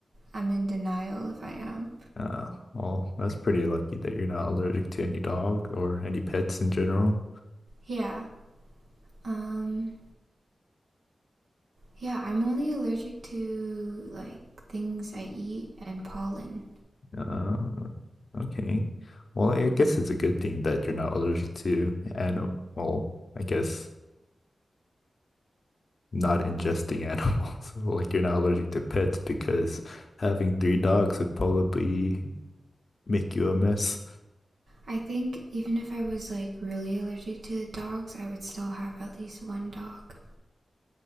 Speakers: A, on the right; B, on the left.
A: I'm in denial if I am.
B: Uh, well, that's pretty lucky that you're not allergic to any dog or any pets in general.
A: Yeah. Um, yeah, I'm only allergic to like things I eat and pollen.
B: Uh, okay. Well, I guess it's a good thing that you're not allergic to animal. I guess not ingesting animals. <laughs> Like you're not allergic to pets because having three dogs would probably make you a mess.
A: I think even if I was like really allergic to dogs, I would still have at least one dog.